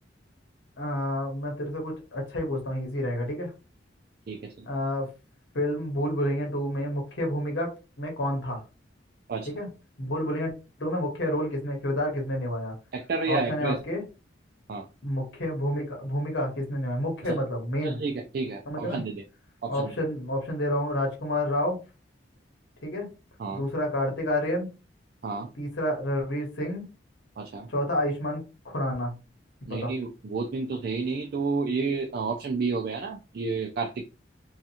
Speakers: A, on the left; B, on the right.
A: आ, मैं तेरे से कुछ अच्छा ही पूछता हूँ इजी रहेगा ठीक है
B: ठीक है चल
A: आ, फिल्म भूल भुलैया टू में मुख्य भूमिका में कौन था
B: अच्छा
A: ठीक है भूल भुलैया टू में मुख्य रोल किसने किरदार किसने निभाया
B: एक्टर या
A: ऑप्शन
B: एक्ट्रेस
A: है आपके
B: हाँ
A: मुख्य भूमिका भूमिका किसने निभाई मुख्य
B: अच्छा
A: मतलब मेन
B: चल ठीक है ठीक है
A: समझे
B: ऑप्शन
A: ना
B: दे दे ऑप्शन
A: ऑप्शन
B: दे दे।
A: ऑप्शन दे रहा हूँ राजकुमार राव ठीक है
B: हाँ
A: दूसरा कार्तिक आर्यन
B: हाँ
A: तीसरा रणवीर सिंह
B: अच्छा
A: चौथा आयुष्मान खुराना बता
B: नहीं नहीं वो दिन तो थे ही नहीं तो ये ऑप्शन बी हो गया ना ये कार्तिक